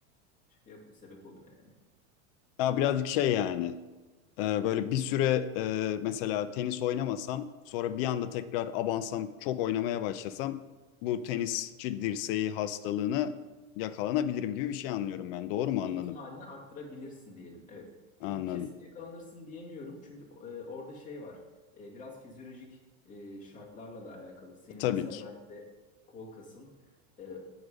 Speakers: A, on the left; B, on the left.
A: şey yapıyor, sebep oluyor yani.
B: Ya
A: O
B: birazcık
A: yüzden
B: şey yani. Ee, Böyle bir süre e, mesela tenis oynamasam sonra bir anda tekrar abansam çok oynamaya başlasam bu tenisçi dirseği hastalığını yakalanabilirim gibi bir şey anlıyorum ben. Doğru mu anladım?
A: ihtimalini arttırabilirsin diyelim. Evet.
B: Anladım.
A: Çünkü kesin yakalanırsın diyemiyorum. Çünkü e, orada şey var. E, biraz fizyolojik e, şartlarla da alakalı. Senin
B: Tabii
A: mesela
B: ki.
A: belki de kol kasın e,